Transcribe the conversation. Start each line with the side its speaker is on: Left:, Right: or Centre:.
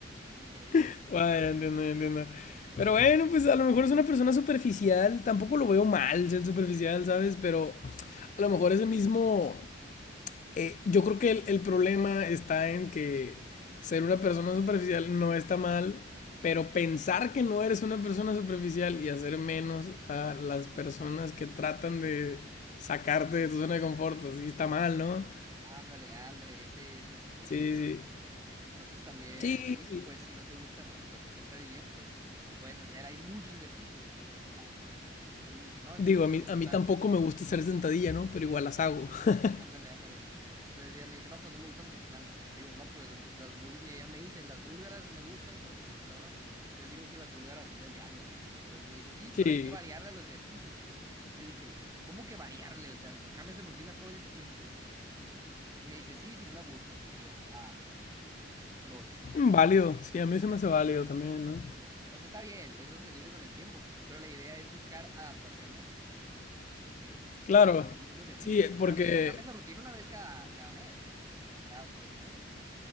Right: increíble,
Left: <laughs>
Right: ¿eh?
Left: wow ya entiendo, ya entiendo. Pero bueno, pues a lo mejor es una persona superficial. Tampoco lo veo mal ser superficial, ¿sabes? Pero a lo mejor ese mismo eh, yo creo que el, el problema está en que ser una persona superficial no está mal, pero pensar que no eres una persona superficial y hacer menos a las personas que tratan de sacarte de tu zona de confort, pues sí está mal, ¿no?
Right: Ándale, ándale, esa es la situación,
Left: Sí, sí.
Right: ¿no? Entonces también
Left: Sí,
Right: le dije,
Left: sí.
Right: pues si no te gusta, por ejemplo, hacer sentadilla, pues puedes hacer, hay muchos ejercicios, pues desplantes. Entonces me dice, no, es
Left: Digo,
Right: que no me gustan
Left: a mí,
Right: los
Left: a
Right: desplantes.
Left: mí tampoco me gusta hacer sentadilla, ¿no? Pero igual las hago. <laughs>
Right: Ándale, ándale. Entonces ella me dice, no, pues no me gustan los desplantes. Y le digo, no, pues las búlgaras. Y ella me dice, las búlgaras me gustan, pero están bien cabronas. Les digo que las búlgaras son del diablo, pues. Entonces me dice, sí, pero
Left: Sí.
Right: hay que variarle a los ejercicios, pues. Yo dije, ¿cómo que variarle? O sea, cambias de rutina todo el tiempo, pues. Y me dice, sí, si no me aburro. Y yo, ah, lol.
Left: Mm, Válido. Sí, a mí se me hace válido también, ¿no?
Right: Entonces está bien, es sostenible con el tiempo, pues. Pero la idea es buscar adaptaciones en, en,
Left: Claro.
Right: en el mismo ejercicio,
Left: Sí,
Right: pues.
Left: porque...
Right: Obviamente cambias la rutina una vez cada, cada mes, pues, Por ejemplo, cada tres meses.